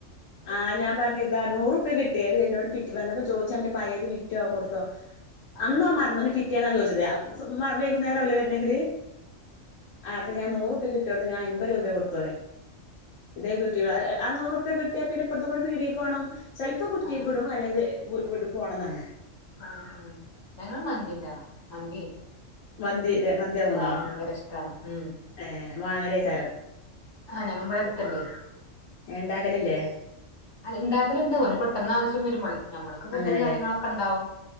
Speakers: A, on the left; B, on the left.
A: ആ ഞാൻ പറഞ്ഞ ഇതാ നൂറ് പേടി എന്നോട് പിറ്റി വന്നപ്പോ ചോദിച്ചാണ്ട് പയത് വിറ്റുവോ കൊടുത്തോ
B: ആ ആ
A: അന്നോ മറന്നന് പിറ്റേന്നാ ചോദിച്ചത് മ വൈകുന്നേരം അവില്ലെ വരണമെങ്കില് ആ അപ്പൊ ഞാൻ നൂറ് ക്ക് കിട്ടും ഞാൻ എൻപത് രൂപ കൊടുത്തെ ഇതേ കിട്ട നൂറുപ്യ പിന്നെപ്പിറത്തു കൂടെ പീടികയ്ക്ക് പോണം ചെ ഇപ്പൊ കുറ്റിയൊക്കിടും
B: ആ ആ
A: അല്ലെങ്കിൽ വീട് വിട്ട് പോണന്നാ
B: ആ ഞങ്ങള് മന്തിന്റെ മന്തി
A: മന്തി മന്തി വാങ്ങുന്നോ
B: ഭയങ്കര ഇഷ്ടാണ് ഉം
A: ഏ വാങ്ങലേക്കാരം
B: ആ ഞങ്ങള് ഇവിടെ അടുത്തുണ്ട്
A: ഇണ്ടാക്കലില്ലേ
B: ഇണ്ടാക്കലുണ്ട് ഓന് പെട്ടെന്ന് ആവശ്യം വരുമ്പോളെ ഞമ്മൾക്ക് ഫുഡും
A: അങ്ങനെല്ലേ
B: കാര്യങ്ങളൊക്കെ ഉണ്ടാവും